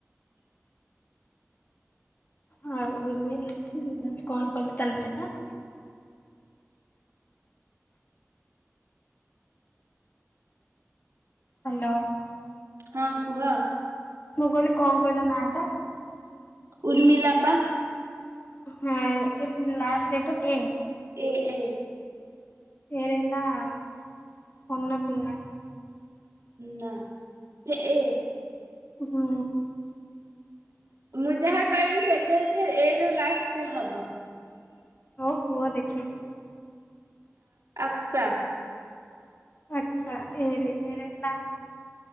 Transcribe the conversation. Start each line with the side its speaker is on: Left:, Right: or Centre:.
Left: ହଁ ଉର୍ମ କଣ କହିଲ ତା ଲେଖାଟା ହ୍ୟାଲୋ
Right: ହଁ କୁହ
Left: ମୁଁ କହିଲି କଣ କହିଲ ନାଟା
Right: ଉର୍ମିଲା ପା
Left: ହଁ ଏ ଲାଷ୍ଟେ letter A
Right: A A
Left: A ରେ ନା ଅର୍ଣ୍ଣ ପୁର୍ଣ୍ଣା
Right: ନା ଏ
Left: ହୁଁ।
Right: <unintelligible>
Left: ହଉ କୁହ ଦେଖେ।
Right: ଆକ୍ସା।
Left: ଆଛା, ଏ ରେ ଏ ରେ ନା